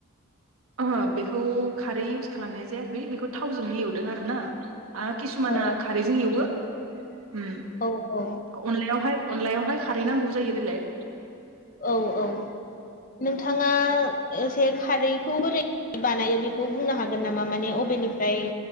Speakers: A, on the right; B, on the left.
A: ओहो बेखौ खारै इउस खालामनाय जायाखै बेखौ थावजोंनो एवदों आरो ना। आ किसुमाना
B: औ
A: खारैजों एवो उम
B: औ औ
A: अनलायावहाय अनलायावहाय खारैनांगौ जायो देलाय।
B: औ औ नोंथाङा एसे खारैखौ बोरै बानायो बेखौ बुंनो हागोन नामा माने अबेनिफ्राय